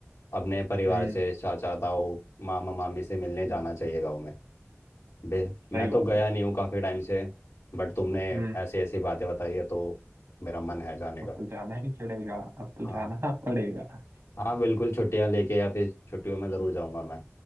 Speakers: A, on the left; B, on the right.
A: अपने परिवार
B: हम्म
A: से चाचा ताऊ मामा मामी से मिलने जाना
B: हम्म,
A: चाहिए गाँव में बे-
B: सही
A: मैं तो
B: बात
A: गया
B: है
A: नहीं हूँ काफ़ी टाइम से बट तुमने
B: हम्म
A: ऐसी ऐसी बातें बताई है तो मेरा मन है जाने
B: अब
A: का
B: तो जाना ही पड़ेगा अब तो
A: हाँ
B: जाना पड़ेगा
A: हाँ बिल्कुल छुट्टियाँ लेके या फिर छुट्टियों में ज़रूर जाऊँगा मैं